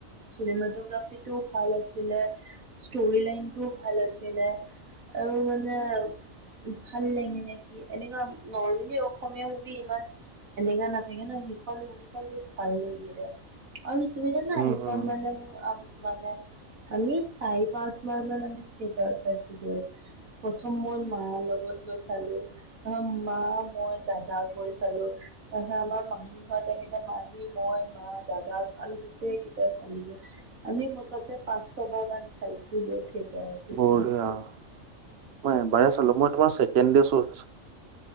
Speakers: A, on the right; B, on the right.
A: চিনেমাটোগ্ৰাফিটোও ভাল আছিলে ষ্টৰি লাইনটোও ভাল আছিলে। আৰু মানে ভাল <inaudible> নে কি এনেকুৱা নৰ্মেলি অসমীয়া মুভি ইমান এনেকা নাথাকে ন সেইখন মুভিখন বহুত ভাল লাগিলে। আৰু তুমি জানা
B: উম
A: সেইখন
B: উম
A: মানে মোৰ আ মানে আমি চাৰি পাঁচ বাৰমান আমি থিয়েটাৰত চাইছোগৈ। প্ৰথম মোৰ মা লগত গৈছ চালো আ মা মই দাদা গৈ চালো। ত সেইয়া আমাৰ মাহীহঁত আহিলে মাহী মই মা দাদা চালো <inaudible> আমি মুঠতে পাঁচ ছবাৰ মান চাইছো গৈ থিয়েটাৰত।
B: <inaudible>
A: সেইখন
B: মই এবাৰে চালো মই তোমাৰ ছেকেণ্ড দে চ